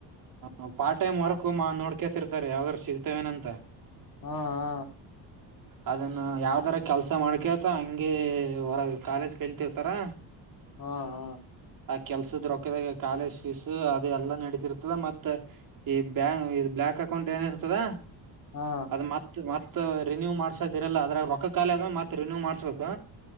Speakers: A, on the right; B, on the left.
A: ಹ ಪಾರ್ಟ್ ಟೈಮ್ ವರ್ಕ್ ಮಾ ನೋಡ್ಕತಿರ್ತಾರೆ ಯಾವ್ದ್ರರು ಸಿಗ್ತೇವೇನಂತ
B: ಹಾ ಹ
A: ಅದನ್ನ ಯಾವ್ದರ ಕೆಲ್ಸ ಮಾಡ್ಕೊತ ಹಂಗಗೆ ಹೊರಗೆ ಕಾಲೇಜ್ ಕೇಲ್ತಿರ್ತಾರಾ
B: ಹಾ ಹ
A: ಆ ಕೆಲ್ಸದ್ರೊಕ್ಕದಾಗ ಕಾಲೇಜ್ ಫೀಸ ಅದೆಲ್ಲಾ ನಡೀತಿರ್ತದ ಮತ್ತೆ ಈ ಬ್ಯಾಂ ಇ್ ಬ್ಯಾಂಕ್ ಅಕೌಂಟ್ ಏನ ಇರ್ತದ
B: ಹಾ
A: ಅದ್ ಮತ್ ಮತ್ ರಿನ್ಯೂ್ ಮಾಡ್ಸೋದಿರಲ್ಲ ಅದ್ರ ರೊಕ್ಕ ಕಾಲಿ ಅದ ಮತ್ ರಿನ್ಯೂ ಮಾಡ್ಸ್ಬೇಕು